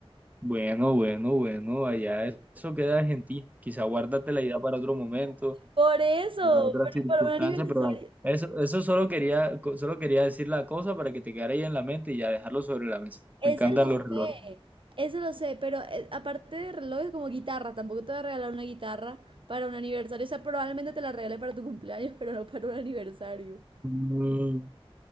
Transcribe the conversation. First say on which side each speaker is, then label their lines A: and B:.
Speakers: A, on the right; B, on the right.
A: Bueno, bueno, bueno, allá es- eso queda en ti. Quizá guárdate la idea para otro momento,
B: Por eso,
A: para otra
B: pero
A: circunstancia,
B: para un aniversario.
A: pero dale. Eso, eso solo quería, co- solo quería decir la cosa para que te quedara ahí en la mente y ya dejarlo sobre la mesa.
B: Ese
A: Me encantan
B: lo
A: los relojes.
B: sé, ese lo sé, pero eh, aparte de relojes como guitarra, tampoco te voy a regalar una guitarra para un aniversario, o sea, probablemente te la regale para tu cumpleaños, <laughs> pero no para un aniversario.
A: Mm,